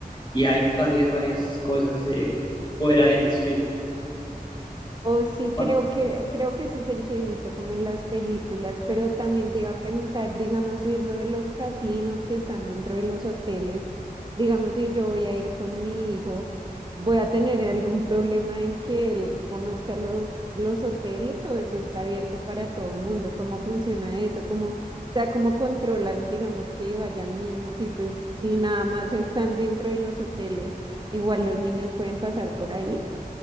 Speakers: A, on the left (about 30°); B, on the right (about 30°).
A: y hay varias, varias cosas eh, fuera del strip.
B: Oh, sí,
A: Ah,
B: creo que, creo que ese es el que he visto como en las películas, pero también te iba a preguntar, digamos, eso de los casinos que están dentro de los hoteles, digamos, si yo voy a ir con mi hijo, ¿voy a tener algún problema en que él conozca los, los hoteles o eso está abierto para todo mundo? ¿Cómo funciona eso? ¿Cómo, o sea, cómo controlan, digamos, que vayan niños y pues si nada más están dentro de los hoteles, igual los niños pueden pasar por ahí?